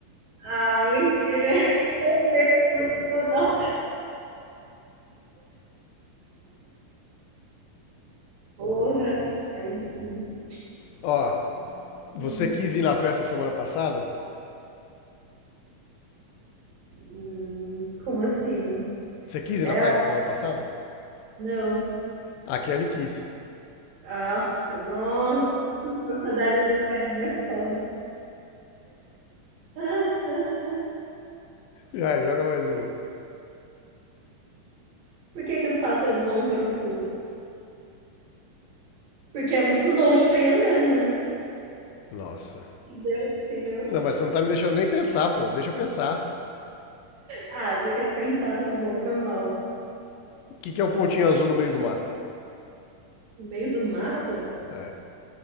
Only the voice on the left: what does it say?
Ó, você
quis ir na festa semana passada?
Você quis
ir na festa semana passada?
A Kelly quis.
Ah, joga mais uma.
Nossa.
Não, mas você não tá me deixando nem pensar, pô. Deixa eu pensar.
O que que é o pontinho azul no meio do mato?
É.